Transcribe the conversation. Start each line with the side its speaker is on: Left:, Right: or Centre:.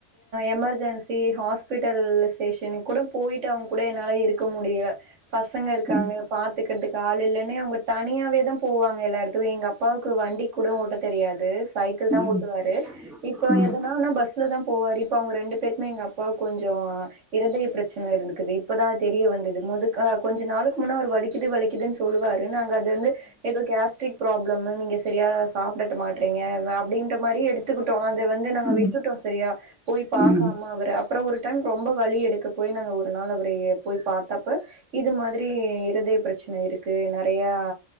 Right: எமர்ஜென்சி ஹாஸ்பிட்டல்லசேஷன் கூட போய்ட்டு அவுங்க கூட என்னால இருக்க முடியல பசங்க இருக்காங்கள்ள
Centre: ம்
Right: பாத்துக்கிறதுக்கு ஆள் இல்லனே அவுங்க தனியாவேதா போவாங்க எல்லா எடத்துக்கு எங்க அப்பா கூட ஓட்ட தெரியாது சைக்கிள்தா
Centre: ம்
Right: ஓட்டுவாரு இப்ப
Centre: ம்
Right: எதனானா பஸ்லதா போவாரு இப்ப அவுங்க ரெண்டு பேருக்குமே எங்க அப்பாக்கு கொஞ்சோ இருதய பிரச்சன இருந்துக்குது இப்பதா தெரிய வந்தது முதுகு கொஞ்ச நா அதுக்கு முன்ன அவர் வலிக்குது வலிக்குதுன்னு சொல்லுவாரு நாங்க அது வந்து எதோ கேஸ்ட்ரிக் ப்ராப்ளம் நீங்க சரியா சாப்டட்ட மாட்றீங்க நா அப்டின்ற மாரியே எடுத்துக்கிட்டோ அத வந்து
Centre: ம்
Right: நாங்க விட்டுட்டோ சரியா போய் பாக்காம
Centre: ம்
Right: அவர அப்றோ ஒரு டைம் ரொம்ப வழி எடுக்க போய் நாங்க ஒரு நாள் அவர போய் பார்த்தப்ப இது மாரி இரு தய பிரச்சன இருக்கு நெறயா